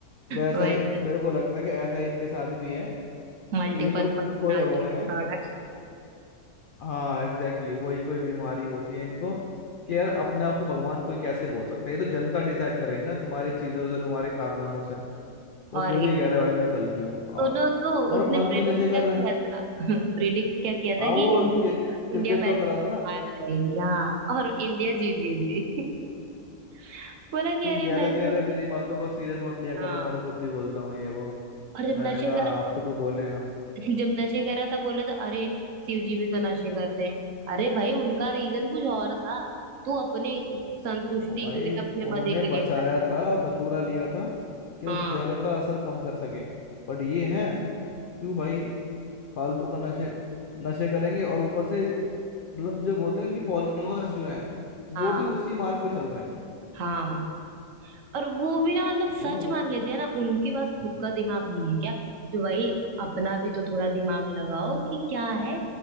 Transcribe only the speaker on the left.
वैसा
ही मेरे को लगता है कि ऐसा ही इनके साथ भी है
कि ये लोग
खोए हुए
हैं हाँ एग्जैक्टली exactly, वही कोई बीमारी होती है इनको कि यार अपने आप को भगवान कोई कैसे बोल सकता है ये तो जनता डिसाइड करेंगे ना तुम्हारी चीजों से तुम्हारे कारनामों से वो
खुद
ही कह रहा है भाई मैं कल की हूँ
आ,
और
फालतू
नशे कर
रहे हैं
आ, वो
क्रिकेट
का करा था ना
तो
फिर कह
रहा है कि
अरे मेरी बातों को सीरियस मत लिया करो
मैं तो कुछ भी बोलता हूँ ये वो
मैंने
कहा
अब तो तू बोलेगा
वो भाई
उन्होंने
बचाया
था और दतूरा लिया था कि
उस जहर का असर कम कर सके बट ये है क्यों भाई फालतू का नशे नशे करेंगे और ऊपर से मतलब जो बोलते हैं ना, इनके फॉलोअर्स जो हैं
वो भी उसी मार्ग पर चल रहे हैं
वो ना वो